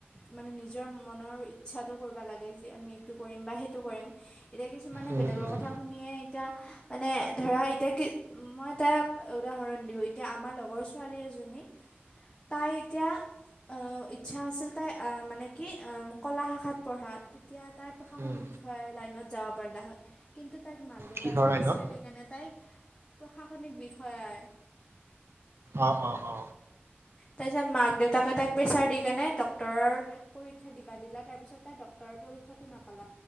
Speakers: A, on the left; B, on the right.
A: মানে নিজৰ মনৰ ইচ্ছাটো কৰিব লাগে যে আমি এইটো কৰিম বা সেইটো কৰিম এতিয়া কিছুমানে
B: উম
A: বেলেগৰ
B: উম
A: কথা শুনিয়ে এতিয়া মানে ধৰা এতিয়া কি মই তাক উদাহৰণ দিওঁ এতিয়া আমাৰ লগৰ ছোৱালী এজনী তাই এতিয়া আহ ইচ্ছা আছিল তাই আহ মানে কি কলা শাখাত পঢ়া তেতিয়া তাই প্ৰশাসনিক
B: উম
A: বিষয়ৰ লাইনত যাব পাৰিলে হয়। কিন্তু তাইক মাক দেউতাকে
B: কিহৰ
A: প্ৰেছাৰ
B: লাইনত
A: দিকেনে তাইক প্ৰশাসনিক বিষয়াৰ
B: অ অ অ
A: তাৰপিছত মাক দেউতাকে তাইক প্ৰেছাৰ দি কেনে ডক্টৰৰ পৰীক্ষা দিবা দিলা তাৰপিছত তাই তাৰ পৰীক্ষাটো নাপালে